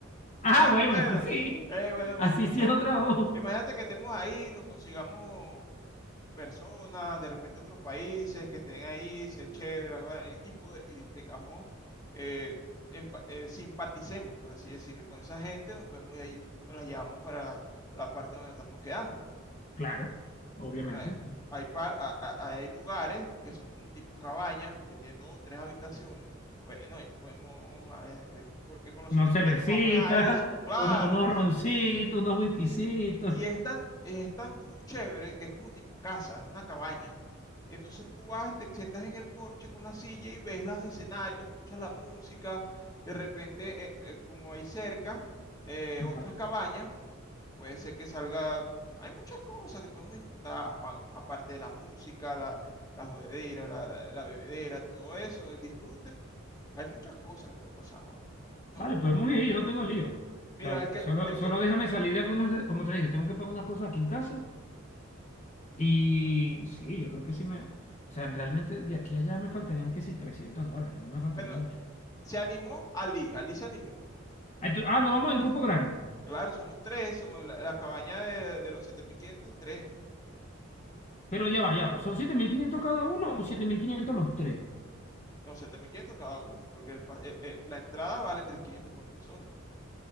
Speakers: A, on the left; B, on the left.
A: Ah,
B: <laughs>
A: bueno,
B: Bueno,
A: sí, sí.
B: eh, bueno, me
A: Así
B: escucha.
A: sí es otra voz.
B: Imagínate que estemos ahí, nos consigamos personas, de repente otros países que estén ahí, se chévere, la cosa, eh, y, poder- y tengamos, eh, empa- eh, simpaticemos, por así decirlo, con esa gente, nos podemos ir ahí, nos las llevamos para la parte donde estamos quedando.
A: Claro, obviamente.
B: Bueno, eh, hay, par- a- a- hay lugares que son como tipo cabañas, que tienen dos, tres habitaciones. Bueno, y podemos, eh, eh, porque con los
A: Unos
B: 7500
A: cervecitas,
B: vamos a eso, claro.
A: uno- unos roncitos, unos whiskycitos.
B: Y es tan, es tan full chévere que es como tipo casa, es una cabaña. entonces tú vas y te sientas en el porche con la silla y ves los escenarios, escuchas la música. De repente, eh, eh, como hay cerca eh,
A: Ajá.
B: otras cabañas, puede ser que salga. Hay muchas cosas que podemos disfrutar, Juan, aparte de la música, la, la jodedera, la, la bebedera, todo eso, el disfrute. Hay muchas cosas que puede pasar, Juan. No,
A: Vale, podemos ir, yo no tengo lío.
B: mira,
A: O sea,
B: el que,
A: solo,
B: el
A: solo
B: que,
A: déjame salir de algunas, como te dije, tengo que pagar unas cosas aquí en casa. Y sí, yo creo que sí me. O sea, realmente de aquí a allá me faltarían que sí 300 dólares, no me faltaría
B: bueno,
A: mucho.
B: se animó Ali, Ali se animó.
A: Ay, tú- Ah, no, vamos en grupo grande.
B: Claro, somos tres, somos la, la cabaña de, de los 7.500 tres.
A: Pero ya va, ya va. ¿Son 7.500 cada uno o 7.500 los tres?
B: No, 7.500 cada uno, porque el pa- eh, eh, la entrada vale 3.500 por persona.